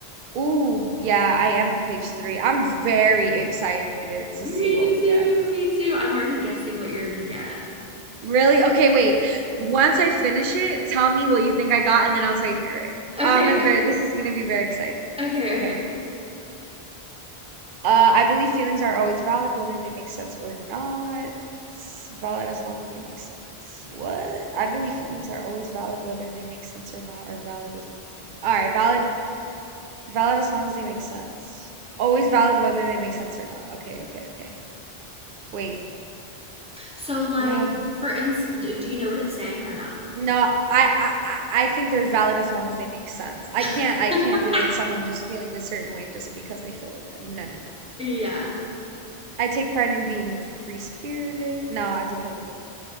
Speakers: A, on the right; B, in the centre.
A: Ooh, yeah, I am on page three. I'm very excited to
B: Me
A: see what we
B: too.
A: get.
B: Me too. I'm already guessing what you're gonna get.
A: Really? Okay, wait. Once I finish it, tell me what you think I got, and then I'll tell you if you're right.
B: Okay.
A: Um, I'm
B: Okay.
A: very, this is gonna be very exciting.
B: Okay.
A: Okay.
B: Okay.
A: Uh, I believe feelings are always valid, whether they make sense or not. It's valid as long as they make sense. What? I believe feelings are always valid, whether they make sense or not, or valid as long as they. All right, valid. Valid as long as they make sense. Always valid whether they make sense or not. Okay, okay, okay. Wait.
B: So, like,
A: Ugh.
B: for instance, do you know what it's saying or no?
A: no, I, I I think they're valid as long as they make sense. I
B: <laughs>
A: can't I can't deal with someone just feeling a certain way just because they feel like that. No, no, no.
B: Yeah.
A: I take pride in being free spirited. Nah, dependable.